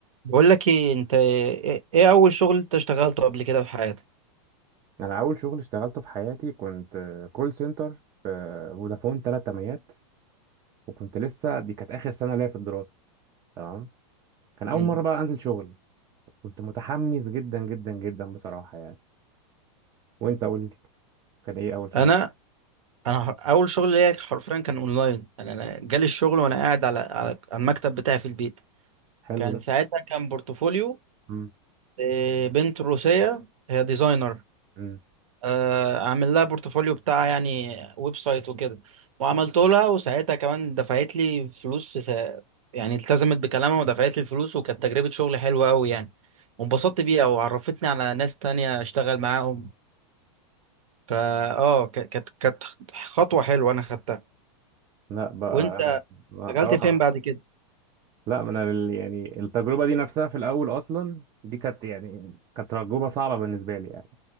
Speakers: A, on the right; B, on the right.
A: بقول لك ايه انت ايه إيه اول شغل انت اشتغلته قبل كده في حياتك
B: انا اول شغل اشتغلته في حياتي كنت كول سنتر في فودافون ثلاث تمانيات وكنت لسه دي كانت اخر سنه ليا في الدراسه تمام كان اول
A: مم.
B: مره بقى انزل شغل كنت متحمس جدا جدا جدا بصراحه يعني وانت قول لي كان ايه اول شغل
A: انا انا ح- اول شغل ليا حرفيا كان اونلاين انا أنا جالي الشغل وانا قاعد على على على المكتب بتاعي في البيت
B: حلو
A: كان
B: ده
A: ساعتها كان بورتفوليو
B: امم
A: إيه، بنت روسية هي ديزاينر
B: امم
A: آه، اعمل لها بورتفوليو بتاع يعني ويب سايت وكده وعملته لها وساعتها كمان دفعت لي فلوس في سا- يعني التزمت بكلامها ودفعت لي الفلوس وكانت تجربة شغل حلوة قوي يعني وانبسطت بيها وعرفتني على ناس تانية اشتغل معاهم فا اه ك- كانت كانت خطوة حلوة انا خدتها
B: لا بقى
A: وانت
B: انا اه
A: اشتغلت فين
B: آه.
A: بعد كده
B: لا ما انا ال- يعني التجربه دي نفسها في الاول اصلا دي كانت يعني كانت تجربه صعبه بالنسبه لي يعني